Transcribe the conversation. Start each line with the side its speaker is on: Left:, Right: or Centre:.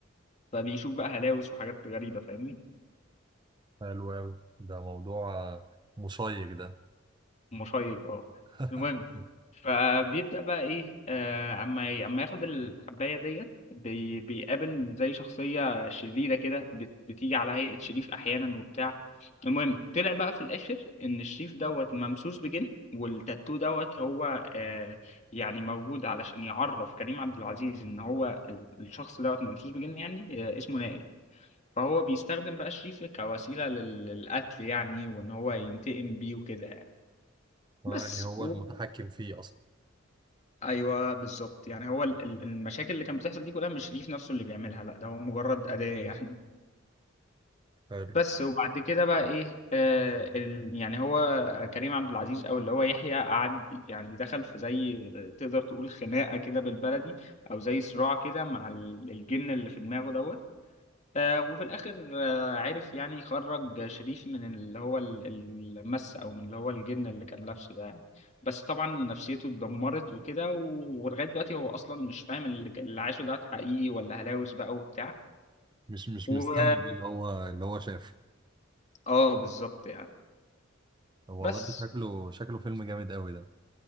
Left: فبيشوف بقى هلاوس وحاجات غريبة فاهمني
Right: حلو أوي ده موضوع آه، مشيق ده
Left: مشيق اه
Right: <laughs>
Left: المهم فبيبدأ بقى ايه آه، اما ي- اما ياخد الحباية ديت بي بيقابل زي شخصية شريرة كده بت- بتيجي على هيئة شريف احيانا وبتاع المهم طلع بقى في الاخر ان الشريف دوت ممسوس بجن والتاتو دوت هو آه يعني موجود علشان يعرف كريم عبد العزيز ان هو ال- الشخص دوت ممسوس بجن يعني آه اسمه نائل فهو بيستخدم بقى شريف كوسيلة لل- للقتل يعني وان هو ينتقم بيه وكده يعني.
Right: اه
Left: بس
Right: يعني هو
Left: و...
Right: المتحكم فيه أصلا
Left: ايوه بالظبط يعني هو ال- ال- المشاكل اللي كانت بتحصل دي كلها مش شريف نفسه اللي بيعملها لا ده هو مجرد أداة يعني
Right: حلو
Left: بس وبعد كده بقى ايه آه ال... يعني هو كريم عبد العزيز او اللي هو يحيى قعد يعني دخل في زي تقدر تقول خناقة كده بالبلدي او زي صراع كده مع ال- الجن اللي في دماغه دوت آه، وفي الاخر آه، عرف يعني يخرج شريف من اللي هو ال- المس او من اللي هو الجن اللي كان لابسه ده يعني بس طبعا نفسيته اتدمرت وكده و- ولغايه دلوقتي هو اصلا مش فاهم اللي اللي عاشه ده حقيقي ولا هلاوس بقى وبتاع
Right: مش مش
Left: و...
Right: مستوعب اللي هو اللي هو شافه
Left: اه بالظبط يعني
Right: طب والله
Left: بس
Right: ده شكله شكله فيلم جامد أوي ده